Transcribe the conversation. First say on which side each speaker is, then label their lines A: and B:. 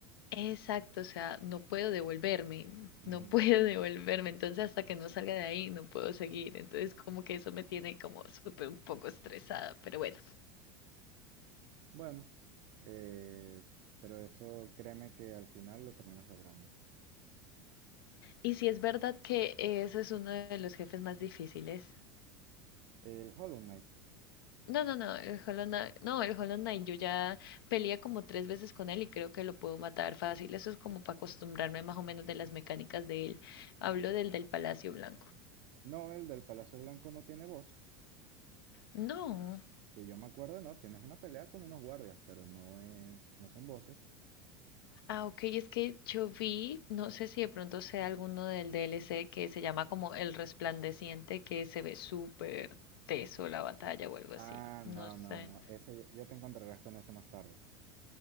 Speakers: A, on the left; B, on the right.
A: Exacto, o sea, no puedo devolverme,
B: Ujú.
A: no puedo <laughs> devolverme, entonces hasta que no salga de ahí no puedo seguir, entonces como que eso me tiene como súper un poco estresada, pero bueno.
B: Bueno, eh, pero eso créeme que al final lo terminas logrando.
A: Y si es verdad que eso es uno de los jefes más difíciles.
B: El Hollow Knight,
A: No, no, no, el Hollow Knight, no, el Hollow Knight, yo ya peleé como tres veces con él y creo que lo puedo matar fácil, eso es como para acostumbrarme más o menos de las mecánicas de él. Hablo del del Palacio Blanco.
B: no, el del Palacio Blanco no tiene voz.
A: No.
B: Que yo me acuerdo, no, tienes una pelea con unos guardias, pero no es, no son voces.
A: Ah, ok, es que yo vi, no sé si de pronto sea alguno del DLC que se llama como El Resplandeciente, que se ve súper teso la batalla o algo
B: Ah,
A: así, no
B: no,
A: sé.
B: no, no, ese ya te encontrarás con ese más tarde.